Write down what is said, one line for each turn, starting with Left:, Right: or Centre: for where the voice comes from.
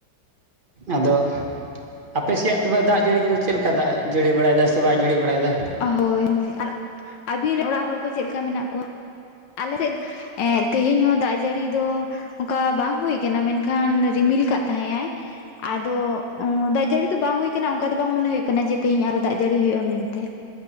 Right: ᱟᱫᱚ ᱟᱯᱮᱥᱮᱭᱟᱜ ᱛᱚᱵᱮ ᱫᱟᱜ ᱡᱟᱹᱲᱤ ᱠᱚᱫᱚ ᱪᱮᱫ ᱞᱮᱠᱟ ᱫᱟᱜ ᱡᱟᱹᱲᱤ ᱵᱟᱲᱟᱭ ᱫᱟᱭ ᱥᱮ ᱵᱟᱭ ᱡᱟᱹᱲᱤ ᱵᱟᱲᱟᱭᱮᱫᱟ
Left: ᱦᱳᱭ ᱦᱳᱭ ᱟᱨ ᱟᱹᱵᱤᱱ ᱚᱲᱟᱜ ᱦᱚᱲ ᱠᱚ ᱪᱮᱫ ᱞᱮᱠᱟ ᱢᱮᱱᱟᱜ ᱠᱚᱣᱟ ᱟᱞᱮᱥᱮᱫ ᱫᱚ ᱮᱸᱜ ᱛᱤᱦᱤᱧ ᱦᱚᱸ ᱫᱟᱜ ᱡᱟᱹᱲᱤ ᱫᱚ ᱚᱱᱠᱟ ᱵᱟᱝ ᱦᱩᱭ ᱠᱟᱱᱟ ᱢᱮᱱᱠᱷᱟᱱ ᱨᱤᱢᱤᱞ ᱠᱟᱜ ᱛᱟᱦᱮᱸᱜ ᱟᱭ ᱟᱫᱚ ᱫᱟᱜ ᱡᱟᱹᱲᱤ ᱫᱚ ᱵᱟᱝ ᱦᱩᱭ ᱟᱠᱟᱱᱟ ᱚᱱᱠᱟ ᱫᱚ ᱵᱟᱝ ᱢᱚᱱᱮ ᱦᱩᱭᱩᱜ ᱠᱟᱱᱟ ᱡᱮ ᱛᱮᱦᱮᱧ ᱟᱨ ᱦᱚᱸ ᱫᱟᱜ ᱡᱟᱹᱲᱤ ᱦᱩᱭᱩᱜᱼᱟ ᱢᱮᱱᱛᱮ